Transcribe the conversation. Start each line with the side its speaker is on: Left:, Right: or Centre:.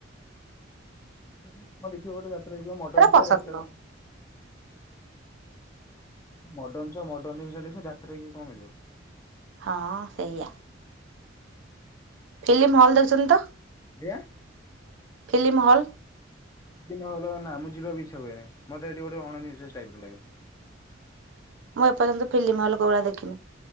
Left: ଫାତ୍ରା <unintelligible> ଦେଖିବ ଗୋଟେ ଯାତ୍ରା ଦେଖିବ ମଡର୍ନ
Right: ପସନ୍ଦ
Left: ଛୁଆ ଯାତ୍ରା
Right: ନୁହଁ
Left: କଣ। ମଡର୍ଣ୍ଣ ଛୁଆ ମଡର୍ଣ୍ଣ ଜିନିଷ ଦେଖିବ, ଯାତ୍ରା ଦେଖିକି କଣ ମିଳିବ।
Right: ହଁ ସେଇଆ। ଫିଲିମ୍ ହଲ୍ ଦେଖିଚନ୍ତି ତ?
Left: <unintelligible>
Right: Film hall.
Left: ସେଠି <unintelligible> ଯିବାକୁ ଇଚ୍ଛା ହୁଏନି, ମତେ ସେଠି ଗୋଟେ ଅନନିଶ୍ୱାସୀ ଟାଇପ୍ ର ଲାଗେ।
Right: ମୁଁ ଏପର୍ଯ୍ୟନ୍ତ ଫିଲିମ୍ ହଲ୍ କୋଉ ଭଳିଆ ଦେଖିନି।